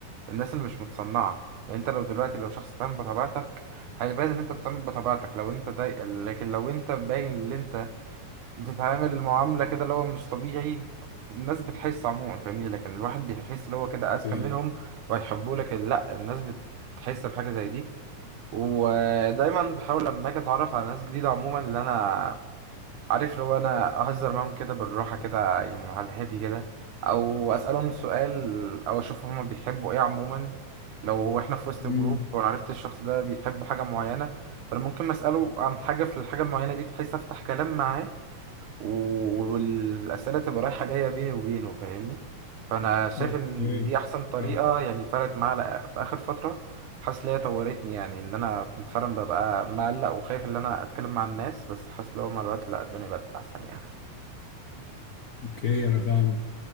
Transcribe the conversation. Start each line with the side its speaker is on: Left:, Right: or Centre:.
Right: الناس اللي مش متصنعه يعني انت لو دلوقتي لو شخص بتعمل بطبيعتك هيبان ان انت بتعمل بطبيعتك لو انت ضايق لكن لو انت باين اللي انت بتتعامل معاملة كده اللي هو مش طبيعي الناس بتحس عموما فاهمني لكن الواحد بيحس اللي هو كده أذكى
Left: مم.
Right: منهم وهيحبوه لكن لأ الناس بتحس بحاجة زي دي ودايما بحاول لما أجي أتعرف على ناس جديدة عموما اللي أنا عارف اللي هو أنا أهزر معاهم كده بالراحة كده يعني على الهادي كده أو أسألهم سؤال أو أشوف هما بيحبوا إيه عموما لو إحنا في وسط
Left: مم.
Right: جروب وأنا عرفت الشخص ده بيحب حاجة معينة فأنا ممكن أسأله عن حاجة في الحاجة المعينة دي بحيث أفتح كلام معاه و- والأسئلة تبقى رايحة جاية بيني وبينه فاهمني فأنا شايف
Left: اوكي
Right: إن دي أحسن طريقة
Left: فا-
Right: يعني فرقت معايا لأ- في آخر فترة حاسس إن هي طورتني يعني اللي أنا كنت فعلا ببقى مقلق وخايف إن أنا أتكلم مع الناس بس حاسس لو مع الوقت لأ الدنيا بقت أحسن يعني
Left: اوكي انا فاهم